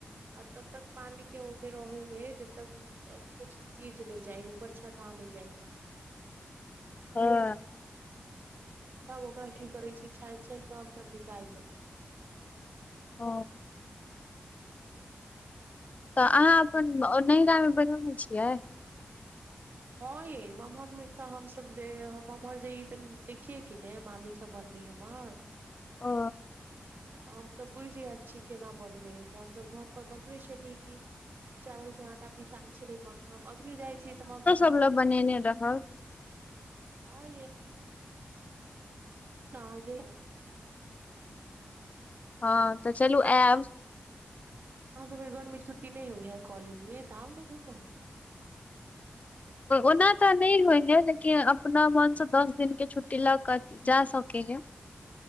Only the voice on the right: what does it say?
आ तब तक पानी के ओहिमे रहै है जब तक कुछ सीझ नहि जाए ऊपर छत पानी जाय प
तब ओकरा की करै छी छानि छानि कऽ हमसभ निकालि लै छी
हँ य ममहरमे हमसभ जे ममहर जइ तऽ देखियै कि ने मामीसभ बनबै हमर
तऽ हमसभ बुझि गेल छी केना बनबै तऽ हमसभ घरपर बनबै छलियै कि चावल के आटा पिसाइत छलै मम्मी हम अभियो जाइ छी तऽ मम्मी
हँ त अहाँ जे य
अहाँ सबके गर्मी छुट्टी नहि होइ है कॉलेज मे तऽ आउ ने घूमब